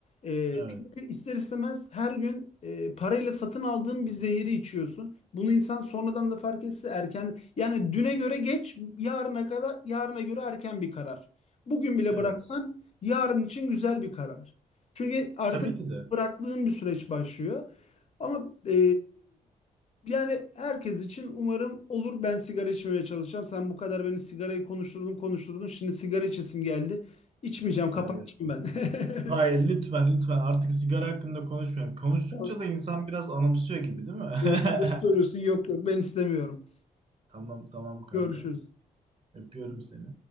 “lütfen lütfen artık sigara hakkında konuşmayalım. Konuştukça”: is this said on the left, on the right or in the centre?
Right